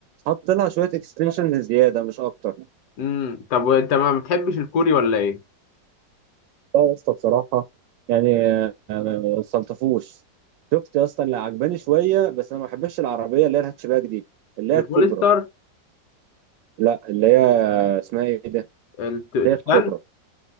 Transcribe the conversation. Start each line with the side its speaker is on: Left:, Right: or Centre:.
Right: حط لها شوية اكستنشنز زيادة مش أكتر
Left: امم طب وانت ما بتحبش الكوري ولا ايه
Right: لا يا اسطى بصراحة يعني آه، ما صلتفوش شفت يا اسطى اللي عجباني شوية بس أنا ما بحبش العربية اللي هي الهاتشباك دي اللي
Left: البوليستر
Right: هي الكوبرا لا اللي هي اسمها إيه ده؟ اللي
Left: الت- التوشان
Right: هي الكوبرا